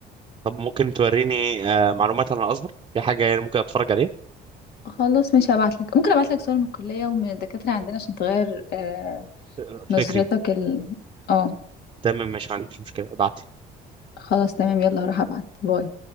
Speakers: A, on the right; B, on the left.
A: طب ممكن توريني آه معلومات عن الازهر في حاجه يعني ممكن اتفرج عليها
B: خلاص مش هبعتلك ممكن أبعتلك صور من الكلية ومن الدكاترة عندنا عشان تغير آه
A: آه، فكري
B: نظرتك ال... اه
A: تمام ماشي ما عنديش مشكلة ابعتي
B: خلاص تمام يلا هروح أبعت باي